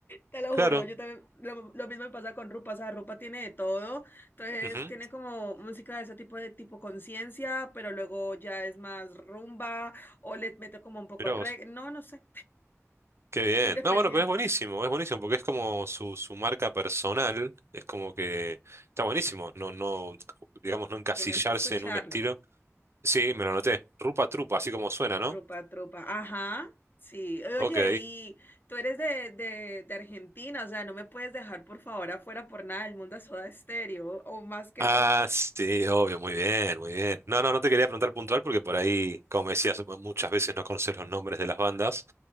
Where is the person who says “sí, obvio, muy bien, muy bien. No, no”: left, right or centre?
Right